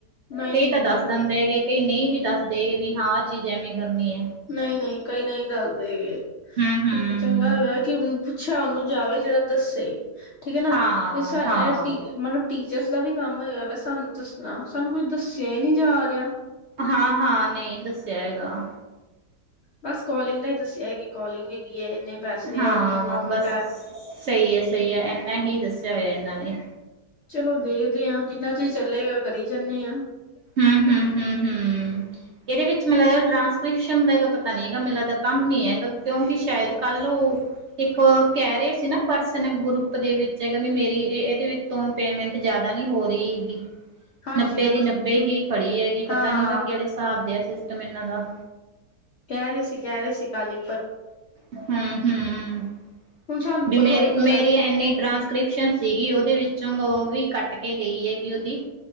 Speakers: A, on the left; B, on the right.
A: ਨਹੀਂ
B: ਕਈ ਤਾਂ
A: ਹੁੰਦੇ
B: ਦੱਸ
A: ਬਿਲਕੁਲ
B: ਦਿੰਦੇ ਹੈਗੇ ਕਈ ਨਹੀਂ ਵੀ ਦੱਸ ਦੇ। ਵੀ ਹਾਂ ਆਹ ਚੀਜ਼ ਐਵੇਂ ਕਰਨੀ ਹੈ।
A: ਨਹੀਂ-ਨਹੀਂ ਕਈ ਨਹੀਂ ਦੱਸਦੇ ਹੈਗੇ।
B: ਹੂੰ ਹੂੰ
A: ਇਸ ਤੋਂ ਚੰਗਾ ਹੈਗਾ ਕਿ ਹੁਣ ਪੁੱਛਿਆ ਉਹਨ ਨੂੰ ਜਾਵੇ ਜਿਹੜਾ ਦੱਸੇ ਠੀਕ ਹੈ ਨਾ
B: ਹਾਂ
A: ਤੇ ਇਹ
B: ਹਾਂ
A: ਮਤਲਬ <unintelligible> ਟੀਚਰਸ ਦਾ ਵੀ ਕੰਮ ਹੋਇਆ ਵਾ ਸਾਨੂੰ ਦੱਸਣਾ ਸਾਨੂੰ ਕੁੱਝ ਦੱਸਿਆ ਹੀ ਨੀ ਜਾ ਰਿਹਾ।
B: ਹਾਂ-ਹਾਂ ਨਹੀਂ ਦੱਸਿਆ ਹੈਗਾ।
A: ਬਸ ਕੋਲਿੰਗ ਦਾ ਹੀ ਦੱਸਿਆ ਹੈ ਕਿ ਕੋਲਿੰਗ ਹੈਗੀ ਹੈ। ਇੰਨੇ ਪੈਸੇ
B: ਹਾਂ
A: ਹੈ ਇੰਨੀ ਅਮਾਊਂਟ
B: ਬਸ
A: ਹੈ
B: ਸਹੀ ਹੈ, ਸਹੀ ਹੈ ਇਨਾ ਹੀ ਦੱਸਿਆ ਹੋਇਆ ਇਹਨਾਂ ਨੇ।
A: ਚਲੋ ਦੇਖਦੇ ਹਾਂ ਜਿੰਨਾ ਚਿਰ ਚੱਲੇਗਾ ਕਰੀ ਜਾਂਨੇ ਹਾਂ।
B: ਹਮ-ਹਮ, ਹਮ-ਹਮ ਇਹਦੇ ਵਿੱ ਮਤ ਟ੍ਰਾਂਸਕ੍ਰਿਪਸ਼ਨ ਦਾ ਪਤਾ ਨੀ ਹੈਗਾ ਮੈਨ ਲੱਗਦਾ ਕੰਮ ਹੀ ਹੈਗਾ ਕਿਉਂਕਿ ਸ਼ਾਇਦ ਕੱਲ ਉਹ ਇੱਕ ਕਹਿ ਰਹੇ ਸੀ ਨਾ ਪਰਸਨ ਗਰੁਪ ਦੇ ਵਿੱਚ ਹੈਗਾ ਵੀ ਮੇਰੀ ਇਹਦੇ ਵਿੱਚੋਂ ਪੇਮੈਂਟ ਜਿਆਦਾ ਨੀ ਹੋ ਰਹੀ ਹੈਗੀ।
A: ਹਾਂਜੀ
B: ਨੱਬੇ
A: ਹਾਂਜੀ
B: ਦੀ ਨੱਬੇ। ਹੀ ਖੜੀ ਹੈਗੀ
A: ਹਾਂ
B: ਪਤਾ ਨੀ ਗਾ ਕਿਹੜੇ ਹਿਸਾਬ ਦੇ ਸਿਸਟਮ ਇਹਨਾਂ ਦਾ
A: ਕਹਿ ਰਹੇ ਸੀ, ਕਹਿ ਰਹੇ ਸੀ ਕਾਲੀ
B: ਹਮ-ਹਮ, ਹਮ
A: ਹੁਣ ਸਾਨੂੰ
B: ਵੀ ਮੇਰੀ,
A: ਥੋੜ੍ਹੀ ਪਤਾ
B: ਮੇਰੀ ਇੰਨੀ ਟ੍ਰਾਂਸਕ੍ਰਿਪਸ਼ਨ ਸੀਗੀ ਉਹਦੇ ਵਿੱ ਚਗੋ ਉਹ ਵੀ ਕੱਟ ਕੇ ਗਈ ਏ ਗੀ ਉਹਦੀ।